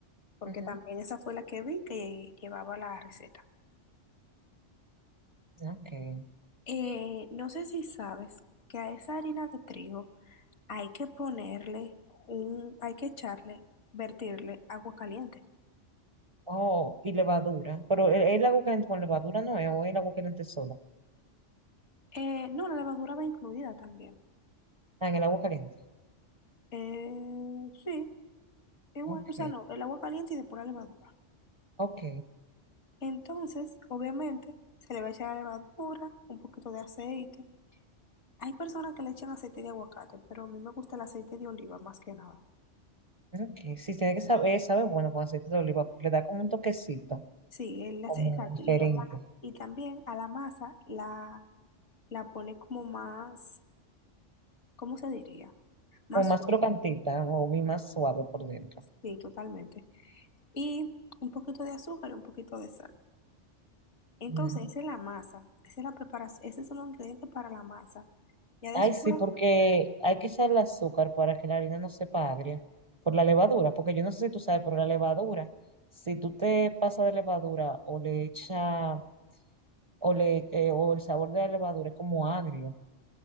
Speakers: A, on the left; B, on the right.
A: porque
B: Ujú.
A: también esa fue la que vi que llevaba la receta.
B: Ok.
A: Eh, no sé si sabes que a esa harina de trigo hay que ponerle un, hay que echarle, vertirle agua caliente.
B: Oh, y levadura, pero el, el agua caliente con levadura no es, o el agua caliente sola.
A: Eh, no, la levadura va incluida también.
B: Ah, en el agua caliente.
A: Eh, sí, igual,
B: Ok,
A: o sea, no, el agua caliente y después la levadura.
B: ok,
A: Entonces, obviamente, se le va a echar la levadura, un poquito de aceite Hay personas que le echan aceite de aguacate, pero a mí me gusta el aceite de oliva más que nada.
B: ok. Sí, tiene que saber, sabe bueno con aceite de oliva, porque le da como un toquecito,
A: Sí, el
B: como
A: ace- exacto.
B: diferente.
A: Y, a la- y también a la masa la, la pone como más, ¿cómo se diría? Más
B: o más
A: suave.
B: crocantita ¿no? o bien más suave por dentro.
A: Sí, totalmente. Y un poquito de azúcar y un poquito de sal. Entonces,
B: Mm.
A: esa es la masa. Esa es la preparación. Ese son los ingredientes para la masa. Ya después,
B: Ay, sí, porque hay que echarle azúcar para que la harina no sepa agria por la levadura, porque yo no sé si tú sabes, pero la levadura, si tú te pasas de levadura o le echa o le eh, o el sabor de la levadura es como agrio,